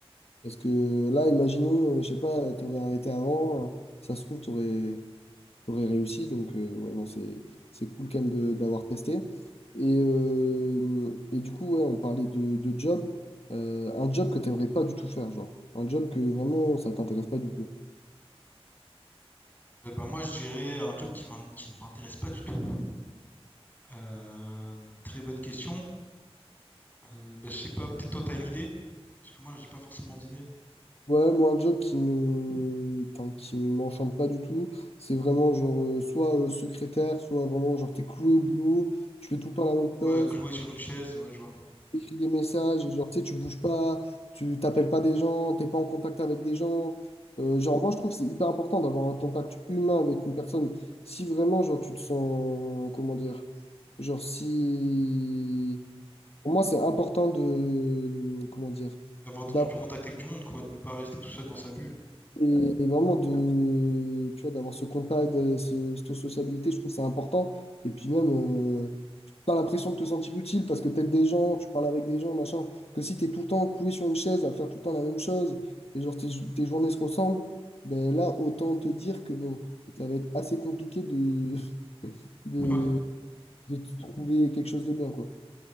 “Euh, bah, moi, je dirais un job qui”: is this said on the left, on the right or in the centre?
Left